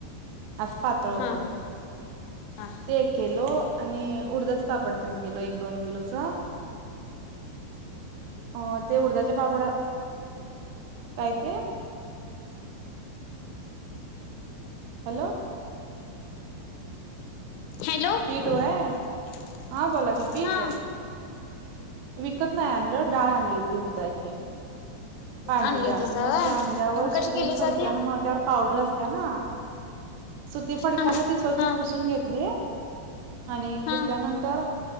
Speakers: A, on the right (about 80°); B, on the left (about 85°).
A: आज पातळ होतं
B: हा हा
A: ते केलंं, आणि... उडदाच पापड पणं केलो एक, दोन, किलोचं अ ते उडदाचे पापडा काय? तेए हॅलो ओओओओ
B: हॅलो हाअं
A: पीठ वय हा बोला की पीठ विकत नाहीई आणलं दाळ आणली होती उडदाची. पांढरी
B: आणली
A: डाळ
B: होतीस व्हय
A: मग ते आणल्यावर
B: मग
A: सुती
B: कशी केलीस
A: फडक्यानं
B: ती
A: हं त्यावर पावडर असत. त्यानं सुती फडक्यान
B: हा हा
A: ती स्वछ पुसून घेतली. आणि
B: हा
A: पुसल्यानंतर
B: हा